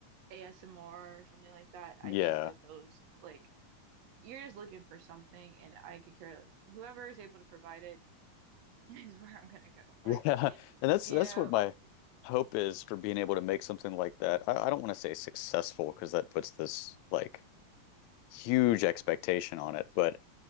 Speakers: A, on the right; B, on the left.
A: ASMR or something like that.
B: Yeah.
A: I think that those, like, you're just looking for something, and I could care. Whoever is able to provide it <laughs> is where I'm gonna go.
B: Yeah,
A: Like,
B: <laughs> and that's
A: you
B: that's
A: know,
B: what my hope is for being able to make something like that. I, I don't want to say successful because that puts this like huge expectation on it, but